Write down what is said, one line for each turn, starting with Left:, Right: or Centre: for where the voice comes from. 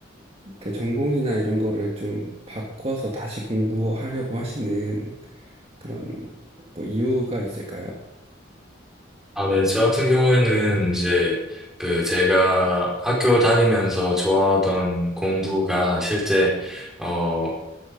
Right: 그 전공이나 이런 거를 좀 바꿔서 다시 공부하려고 하시는 그런 뭐 이유가 있을까요?
Centre: 아, 네. 저 같은 경우에는 이제 그 제가 학교 다니면서 좋아하던 공부가 실제 어